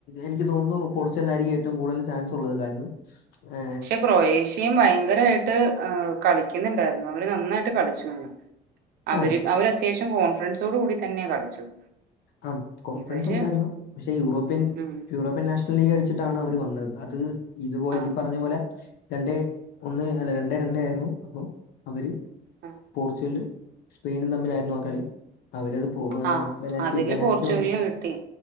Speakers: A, on the left (about 75°); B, on the right (about 65°).
A: എനിക്ക് തോന്നുന്നു പോർച്ച് ഗല്ലായിരിക്കും ഏറ്റവും കൂടുതൽ ചാൻസ് ഉള്ളത്. കാര്യം ഏ
B: ക്രൊയേഷ്യേം ഭയങ്കരായിട്ട് കളിക്ക്ന്ന്ണ്ടായിരുന്നു അവര് നന്നായിട്ട് കളിച്ചു അവര്
A: ആ
B: അവരത്യാശ്യം കോൺഫിഡൻസോടു കൂടി തന്ന്യാ കളിച്ചത്
A: ആം കോൺഫിഡെൻസൊണ്ടായിര്ന്നു
B: ഇവര്
A: പക്ഷെ യൂറോപ്യൻ
B: ഉം
A: യൂറോപ്യൻ നാഷ് ലീഗ് കളിച്ചിട്ടാണ് അവര് വന്നത് അത് ഇതുപോൽ
B: ആ
A: ഈ പറഞ്ഞ പോലെ രണ്ടേ ഒന്ന് അല്ല രണ്ടേ രണ്ടേ ആയിര്ന്നു അപ്പോ അവര്
B: ആ
A: പോർച്ചുഗല്ല് സ്പെയിനും തമ്മിലാ നോ ആ കളി അവരത് പോ
B: ആ
A: ബെനാൽറ്റി
B: അതില്
A: ബെനാൽറ്റി
B: പോർച്ചുഗലിന്
A: വന്നു
B: കിട്ടി